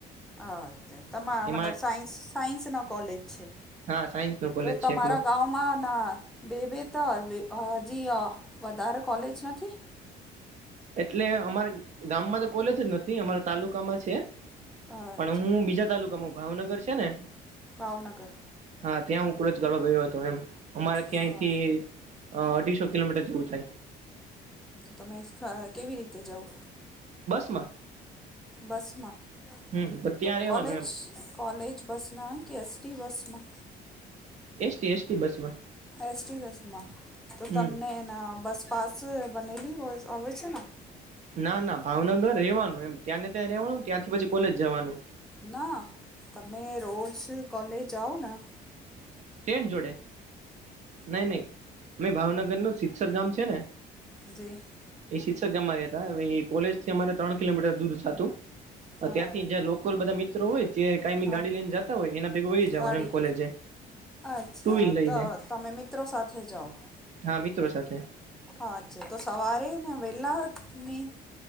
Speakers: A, in the centre; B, on the right.
A: અ ત તમા
B: એમાં
A: મતલબ સાયન્સ સાયન્સના કોલેજ છે,
B: હા સાયન્સ નો કોલેજ
A: તો તમારા
B: છે એકલો
A: ગા મા ના <unintelligible> હજી અ વધારે કોલેજ નથી?
B: એટલે અમારા ગામમાં તો કોલેજ જ નથી અમારા તાલુકામાં છે.
A: અચ્છા
B: પણ હું બીજા તાલુકામાં, ભાવનગર છે ને?
A: ભાવનગર
B: હા. ત્યાં હું કોલેજ કરવા ગયો હતો એમ. અમારે ત્યાંયથી
A: હા
B: અહ અઢીસો કિલોમીટર જેવું થાય.
A: તો તમે <unintelligible> કેવી રીતે જાવ?
B: બસમાં
A: બસમાં.
B: હમ
A: તો
B: ત્યાં રેવાનું
A: કોલેજ?
B: એમ
A: કોલેજ બસ ના આવેન, કે એટ ટી બસમાં?
B: એસ ટી-એસ ટી બસમાં.
A: એસ ટી બસમાં. તો
B: હમ
A: તમને એના બસ પાસ બનેલી હો હોવે છે ના?
B: ના-ના ભાવનગર રહેવાનું એમ. ત્યાંને ત્યાં રહેવાનું. ત્યાંથી પછી કોલેજ જવાનું.
A: ના. તમે રોજ કોલેજ જાઓ ના
B: ફ્રેન્ડ જોડે. નહીં-નહીં. મેં ભાવનગર નું સિતસર ગામ છે ને
A: જે.
B: એ શીતસર ગામ રહ્યાં તા. હવે એ કોલેજ થી અમારે ત્રણ કિલોમીટર દૂર થાતું.
A: હા
B: અહ ત્યાંથી
A: હવે
B: જે લોકલ બધા મિત્રો હોય, જે કાયમી
A: હા
B: ગાડી લઈને જતા હોય, એના ભેગુ વઈ જવાનુ
A: ગાડી
B: એમ કોલેજે.
A: અચ્છા.
B: ટુ વ્હીલ લઈને
A: તો તમે મિત્રો સાથે જાવ?
B: હા મિત્રો સાથે.
A: અચ્છા. તો સવારે ને વહેલા <unintelligible>